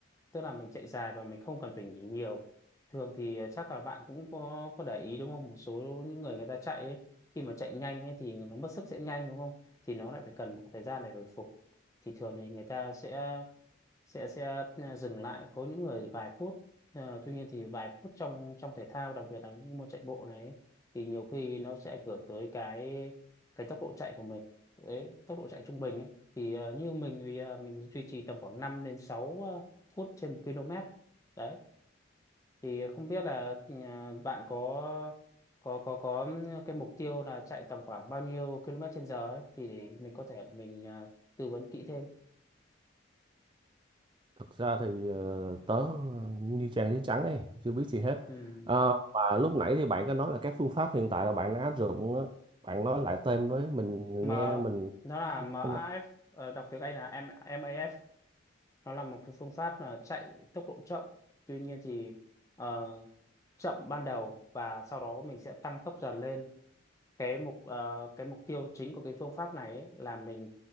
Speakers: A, on the left (about 15°); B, on the right (about 25°).
A: tức là mình chạy dài và mình không cần phải nghỉ nhiều thường thì à, chắc là bạn cũng có có để ý đúng không một số những người người ta chạy ấy, khi mà chạy nhanh ấy, thì nó mất sức sẽ nhanh đúng không thì nó lại phải cần một thời gian để hồi phục thì thường thì người ta sẽ sẽ sẽ à, dừng lại có những người vài phút Ờ, tuy nhiên thì vài phút trong trong thể thao đặc biệt là những môn chạy bộ này ấy, thì nhiều khi nó sẽ ảnh hưởng tới cái cái tốc độ chạy của mình đấy tốc độ chạy trung bình ấy thì ờ, như mình thì ờ, mình duy trì tầm khoảng 5 đến 6 ờ, phút trên một km đấy thì không biết là ờ, bạn có có có có cái mục tiêu là chạy tầm khoảng bao nhiêu km trên giờ ấy thì mình có thể là mình ờ, tư vấn kỹ thêm
B: Thật ra thì ờ, tớ ờ, như trang giấy trắng ấy, chưa biết gì hết.
A: ừ.
B: Ờ, và lúc nãy thì bạn có nói là các phương pháp hiện tại là bạn đang áp dụng, á. bạn nói lại tên với mình
A: M
B: nghe mình
A: nó là MAF
B: không đọc.
A: ờ, đọc tiếng Anh là M MAF nó là một cái phương pháp là chạy tốc độ chậm tuy nhiên thì ờ, chậm ban đầu và sau đó mình sẽ tăng tốc dần lên cái mục ờ, cái mục tiêu chính của cái phương pháp này ấy là mình